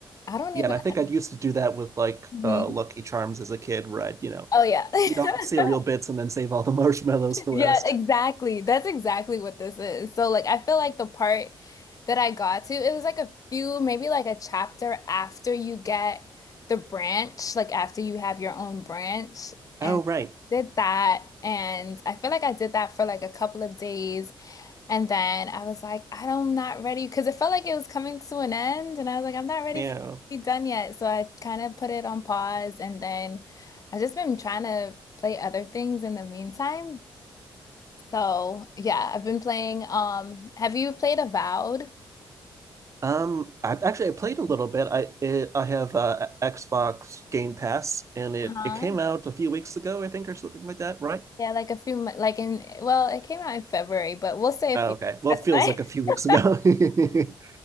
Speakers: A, on the left; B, on the right.
A: I don't
B: yeah,
A: even.
B: and I think I used to do that with like
A: Mhm.
B: uh, Lucky Charms as a kid, where I'd, you know,
A: Oh, yeah. <laughs>
B: eat all the cereal bits and then save all the <laughs> marshmallows for
A: Yeah,
B: last.
A: exactly. That's exactly what this is. So, like, I feel like the part that I got to, it was like a few, maybe like a chapter after you get the branch, like after you have your own branch.
B: Oh,
A: And
B: right.
A: did that. And I feel like I did that for like a couple of days. And then I was like, I don't- I'm not ready because it felt like it was coming to an end. And I was like, I'm not ready
B: Yeah.
A: for it to be done yet. So I kind of put it on pause. And then I've just been trying to play other things in the meantime. So yeah, I've been playing. Um, have you played Avowed?
B: Um, I've actually I played a little bit. I it, I have uh, Xbox Game Pass, and it
A: Uh-huh.
B: it came out a few weeks ago, I think, or something like that, right?
A: Yeah, like a few, mon- like in, well, it came out in February, but we'll say a
B: Oh,
A: few
B: okay.
A: weeks.
B: Well,
A: That's
B: it feels
A: fine.
B: like a few weeks
A: <laughs>
B: ago. <laughs>